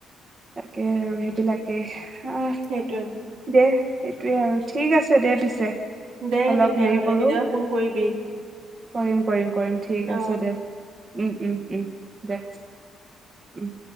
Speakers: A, on the right (about 40°); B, on the right (about 85°).
A: তাকে আৰু সেইবিলাকে অ
B: সেইটোয়ে
A: দে সেইটোৱে আৰু ঠিক আছে দে পিছে
B: দে
A: অলপ
B: তেতিয়াহ'লে
A: হেৰি কৰো
B: কেতিয়াবা ফোন কৰিবি
A: কৰিম কৰিম কৰিম ঠিক
B: অ
A: আছে দে উম উম উম দে উম